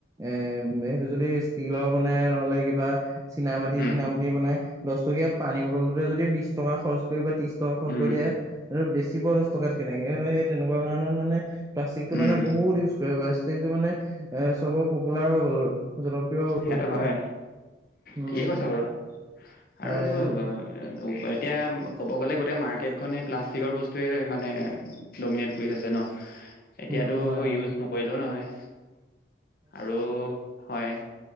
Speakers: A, on the right; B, on the left.
A: এ উ সেইটো যদি ষ্টিলৰ বনাই নহলে কিবা চিনা মাটি
B: উম,
A: নাম দি বনায় দছ টকীয়া পানী বটলটোতে যদি বিছ টকা খৰচ কৰিব ত্ৰিশ টকা খৰচ
B: উম,
A: কৰি দিয়ে আৰু বেছি প দছ টকাত কিনে সেইটোৱে হে তেনেকুৱা কাৰণে মানে প্লাষ্টিক টো
B: উম,
A: মানে বহুত ইউজ কৰে প্লাষ্টিকটো মানে এ চবৰ পপুলাৰ হৈ গ'ল জনপ্ৰিয় হল
B: সেইটো
A: এতিয়া
B: হয়,
A: উম
B: ঠিকেই কৈছে বাৰু।
A: হয়,
B: আৰু টো
A: হয়।
B: এতিয়া ক'ব গ'লে গোটেই মাৰ্কেটখনেই প্লাষ্টিকৰ বস্তুৱে মানে ডমিনেট কৰি থৈছে ন এতিয়াটো
A: উম, হয়, হয়।
B: ইউজ নকৰিলেও নহয় আৰু হয়